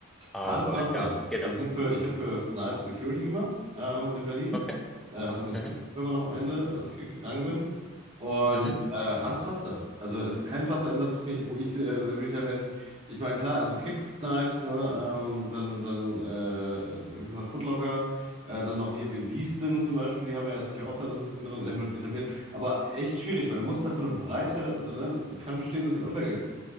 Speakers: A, in the centre; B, on the right.
A: aber
B: Hartes Pflaster.
A: ja, genau.
B: Also ich habe für, ich hab für Snipes Security gemacht ähm, in Berlin.
A: Okay.
B: Äh, hatte eine Security-Firma
A: Mhm,
B: noch am Ende, als ich gegangen bin. Und
A: mhm.
B: äh, hartes Pflaster. Also es ist kein Pflaster, in das ich mich, wo ich äh, retailmäßig, ich meine, klar, also Kicks, Snipes, ne, ähm, dann, dann äh, wie gesagt, Footlocker, äh, dann noch hier wie Beastin zum Beispiel, die haben ja sich auch da so ein bisschen drin etabliert. Aber echt schwierig, weil du musst halt so eine Breite, also ne, kann verstehen, dass sie den untergegangen